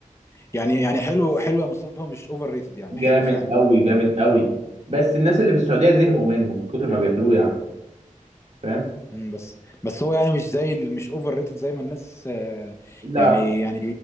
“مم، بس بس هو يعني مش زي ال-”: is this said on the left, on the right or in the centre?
Left